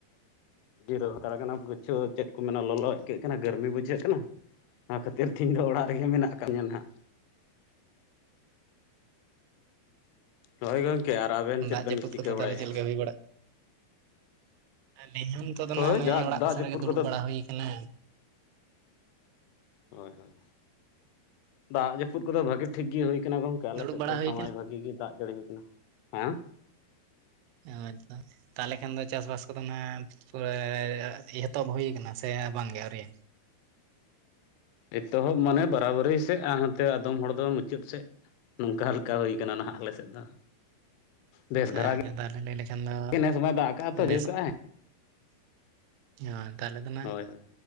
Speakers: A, on the left (about 85°); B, on the right (about 85°).
A: ᱡᱤᱨᱟᱹᱣ ᱦᱟᱛᱟᱲ ᱠᱟᱱᱟ ᱵᱚ ᱜᱟᱹᱪᱷᱭᱟᱣ ᱪᱮᱫ ᱠᱚ ᱢᱮᱱᱟ ᱞᱚᱞᱚ ᱟᱹᱭᱠᱟᱹᱜ ᱠᱟᱱᱟ ᱜᱟᱨᱢᱤ ᱵᱩᱡᱷᱟᱹᱜ ᱠᱟᱱᱟ᱾ ᱚᱱᱟ ᱠᱷᱟᱹᱛᱤᱨ ᱛᱮ ᱤᱧ ᱫᱚ ᱚᱲᱟᱜ ᱨᱮᱜᱮ ᱢᱮᱱᱟᱜ ᱟᱠᱟ ᱫᱤᱧᱟ ᱱᱷᱟᱸᱜ᱾ ᱱᱚᱜᱼᱚᱭ ᱜᱚᱢᱠᱮ ᱟᱨ ᱟᱵᱮᱱ ᱪᱮᱫ
B: ᱫᱟᱜ
A: ᱵᱮᱱ
B: ᱡᱟᱹᱯᱩᱫ
A: ᱪᱤᱠᱟᱹ
B: ᱠᱚᱫᱚ
A: ᱵᱟᱲᱟᱭᱮᱜᱼᱟ?
B: ᱛᱟᱦᱚᱞᱮ ᱪᱮᱫ ᱞᱮᱠᱟ ᱦᱩᱭ ᱵᱟᱲᱟᱜ ᱟᱹᱞᱤᱧ ᱦᱚᱸ ᱱᱤᱛᱚᱜ ᱫᱚ
A: ᱦᱳᱭ
B: ᱱᱟᱸᱜ ᱱᱚᱜᱼᱚᱭ ᱚᱲᱟᱜ
A: ᱫᱟᱜ
B: ᱠᱚᱥᱮᱱ
A: ᱡᱟᱹᱯᱩᱫ
B: ᱨᱮᱜᱮ ᱫᱩᱲᱩᱵ
A: ᱠᱚᱫᱚ
B: ᱵᱟᱲᱟ ᱦᱩᱭ ᱭᱟᱠᱟᱱᱟ᱾
A: ᱦᱳᱭ ᱦᱳᱭ! ᱫᱟᱜ ᱡᱟᱯᱩᱫ ᱠᱚᱫᱚ ᱵᱷᱟᱜᱤ ᱴᱷᱤᱠ ᱜᱮ ᱦᱩᱭᱠᱟᱱᱟ ᱜᱚᱝᱠᱮ ᱟᱞᱮᱥᱮᱫ
B: ᱫᱩᱲᱩᱵ ᱵᱟᱲᱟ
A: ᱫᱚ
B: ᱦᱩᱭ
A: ᱥᱚᱢᱚᱭ
B: ᱟᱠᱟᱱᱟ
A: ᱵᱷᱟᱜᱤ ᱜᱮ ᱫᱟᱜ ᱡᱟᱹᱲᱤ ᱦᱩᱭᱟᱱᱟ ᱦᱮᱸ?
B: ᱦᱮᱸ ᱛᱚ ᱛᱟᱦᱚᱞᱮ ᱠᱷᱟᱱ ᱫᱚ ᱪᱟᱥᱵᱟᱥ ᱠᱚᱫᱚ ᱯᱩᱨᱟᱹ ᱮᱛᱚᱦᱚᱵ ᱦᱩᱭ ᱠᱟᱱᱟ ᱥᱮ ᱵᱟᱝᱜᱮ ᱟᱹᱣᱨᱤ᱾
A: ᱮᱛᱚᱦᱚᱵ ᱢᱟᱱᱮ ᱵᱟᱨᱟᱵᱟᱹᱨᱤ ᱥᱮᱫ ᱟᱨ ᱦᱟᱱᱛᱮ ᱟᱫᱚᱢ ᱦᱚᱲ ᱫᱚ ᱢᱩᱪᱟᱹᱫ ᱥᱮᱫ ᱱᱚᱝᱠᱟ ᱞᱮᱠᱟ ᱦᱩᱭ ᱠᱟᱱᱟ ᱱᱟᱦᱟᱸᱜ ᱟᱞᱮ ᱥᱮᱫ ᱫᱚ
B: <inaudible>
A: ᱵᱮᱥ
B: <unintelligible>
A: ᱫᱷᱟᱨᱟ
B: ᱞᱟᱹᱭ ᱞᱮᱠᱷᱟᱱ ᱫᱚ
A: ᱜᱮ ᱱᱮᱥ ᱢᱟᱭ ᱫᱟᱜ ᱠᱟᱜᱼᱟ ᱛᱚ
B: ᱵᱮᱥ
A: ᱡᱟᱹᱲᱤ ᱠᱟᱜᱼᱟᱭ
B: ᱦᱚᱭ ᱛᱟᱦᱚᱞᱮ ᱫᱚ ᱱᱟᱜ
A: ᱦᱳᱭ ᱦᱳᱭ